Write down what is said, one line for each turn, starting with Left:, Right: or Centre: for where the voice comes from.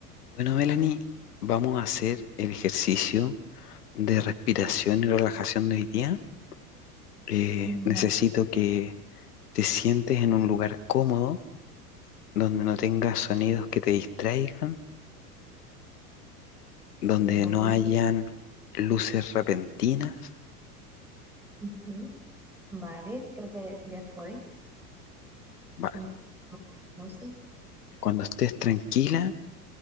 Left: Bueno, Melanie, vamos a hacer el ejercicio de respiración y relajación de hoy día. Eh,
Centre: Vale,
Left: necesito que te sientes en un lugar cómodo, donde no tengas sonidos que te distraigan, donde
Centre: ok, un momento.
Left: no hayan luces repentinas.
Centre: Ujú, Vale, creo que ya estoy
Left: Vale,
Centre: en luces.
Left: cuando estés tranquila